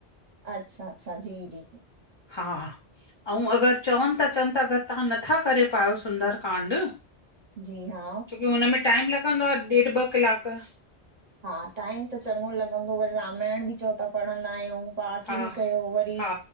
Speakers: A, on the right (about 45°); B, on the left (about 45°).
A: अच्छा -अच्छा, जी- जी।
B: हा। अंउ, अगरि चवनि ता चवनि त अगरि तहां नथा करे पायो सुंदर कांड?
A: जी -हा।
B: छोकी हुनमें टाइम लॻंदो आ ॾेढु ॿ किलाक
A: हा, टाइम त चङो लॻंदो, वरी रामायण बि चओ ता, पढ़ंदा आहियंउं पाठ
B: हा
A: बि कयो वरी
B: हा